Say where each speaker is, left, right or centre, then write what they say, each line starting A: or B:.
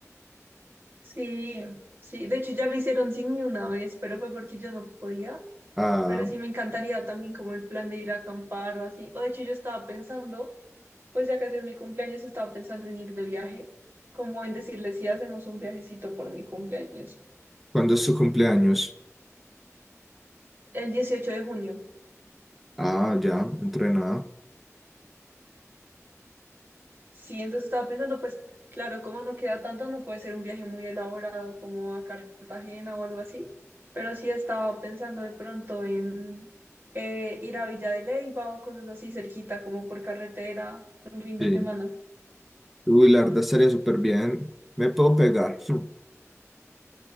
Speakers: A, on the right (about 45°); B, in the centre.
A: Sí, sí, de hecho ya lo hicieron sin mí una vez, pero fue porque yo no podía.
B: Ah,
A: Pero sí me encantaría también como el plan de ir a acampar o así. O de hecho yo estaba pensando, pues ya que es mi cumpleaños, estaba pensando en ir de viaje, como en decirle si hacemos un viajecito por mi cumpleaños,
B: ¿cuándo es su cumpleaños?
A: el 18 de junio.
B: Ah, ya, entrenada.
A: Sí, entonces estaba pensando, pues claro, como no queda tanto, no puede ser un viaje muy elaborado como a Cartagena o algo así, pero sí estaba pensando de pronto en eh, ir a Villa de Leyva o cosas así cerquita, como por carretera, un fin de
B: Sí.
A: semana.
B: Uy, la verdad estaría súper bien. Me puedo pegar. <laughs>